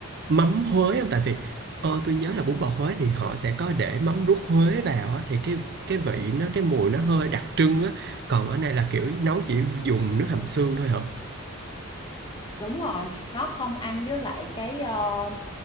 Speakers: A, on the right; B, on the left.
A: mắm Huế không? Tại vì ờ, tôi nhớ là bún bò Huế thì họ sẽ có để mắm ruốc Huế vào á, thì cái cái vị nó cái mùi nó hơi đặc trưng á. Còn ở đây là kiểu nấu chỉ dùng
B: Ừ,
A: nước hầm xương thôi hả?
B: đúng rồi nó không ăn với lại cái ờ,